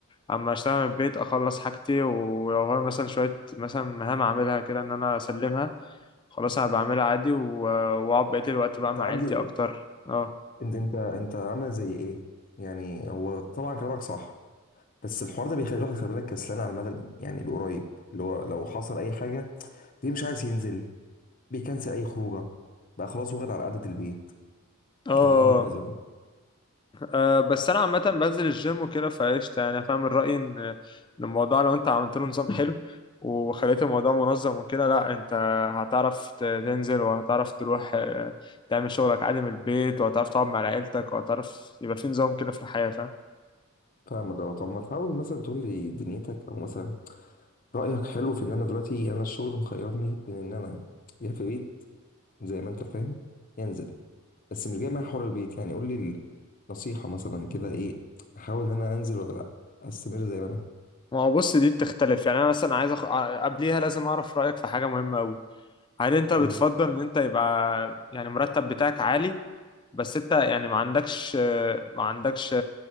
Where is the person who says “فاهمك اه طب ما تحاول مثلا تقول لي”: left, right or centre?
Left